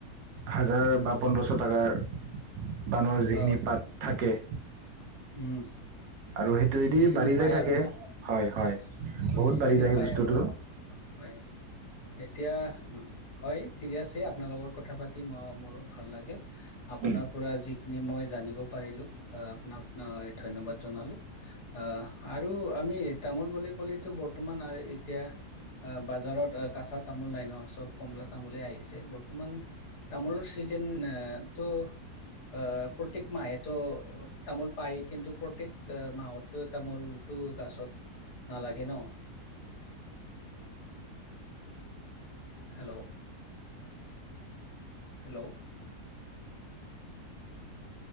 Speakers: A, on the right; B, on the left.
A: হাজাৰ বা পন্ধৰশ টাকাৰ বাণৰ যিখিনি
B: হয়
A: পাত থাকে
B: উম
A: আৰু সেইটোৱেদি
B: সেইখিনি
A: বাঢ়ি
B: পাই
A: যাই থাকে
B: আৰু ন।
A: হয় হয়
B: হয়
A: বহুত
B: এইখিনি
A: বাঢ়ি যায়
B: পাই
A: বস্তুটো
B: আৰু অ হয়। এতিয়া উ হয়। ঠিকে আছে আপোনাৰ লগত কথা পাতি মই মোৰো ভাল লাগিল, আপোনাৰ
A: উম
B: পৰা যি খিনি মই জানিব পাৰিলো, আহ আপোনাক না ধন্যবাদ জনালো। আহ আৰু আমি এ তামোল বুলি ক'লিতো বৰ্তমান আ এতিয়া আ বাজাৰত আ কাচা তামোল নাই ন চব কমলা তামোলে আহিছে, বৰ্তমান তামোলৰ চিজেন এটো আহ প্ৰত্যেক মাহেতো তামোল পায় কিন্তু প্ৰত্যেক মাহতো তামোল তো গাছত নালাগে ন। হেল্ল'? হেল্ল'?